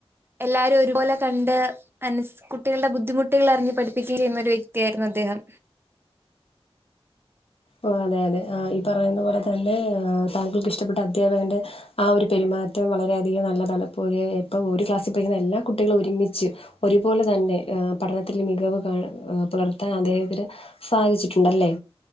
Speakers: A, on the right; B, on the left.
A: എല്ലാരും ഒരുപോലെ കണ്ട്. മനസ് കുട്ടികള്ടെ ബുദ്ധിമുട്ടുകളറിഞ്ഞ് പഠിപ്പിക്കുകയും ചെയ്യുന്ന ഒരു വ്യക്തിയായിരുന്നു അദ്ദേഹം.
B: ഓ അതെ അതെ ആഹ് ഈ പറയുന്ന പോലെ തന്നെ താങ്കൾക്ക് ഇഷ്ട്ടപ്പെട്ട അധ്യാപകന്റെ ഹ്. ആഹ് ഒരു പെരുമാറ്റം വളരെയധികം നല്ലതാണ് ഇപ്പൊ ഒര് ഇപ്പം ഒര് ക്ലാസ്സിൽ പഠിക്കുന്ന എല്ലാ കുട്ട് കുട്ടികൾ ഒരുമിച്ച് ഒരുപോലെ തന്നെ ഏഹ് പഠനത്തിൽ മികവ് കാ ഹ് പുലർത്താൻ അദ്ദേഹത്തിന്. സാധിച്ചിട്ടുണ്ട് അല്ലേ?